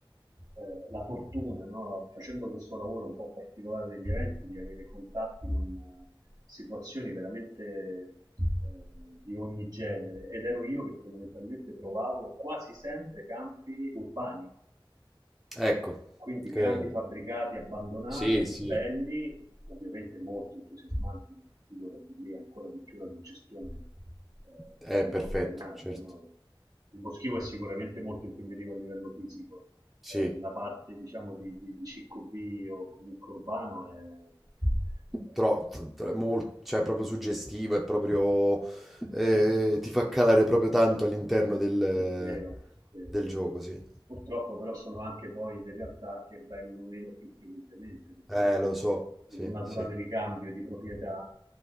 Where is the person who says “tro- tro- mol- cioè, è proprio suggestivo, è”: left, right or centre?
Centre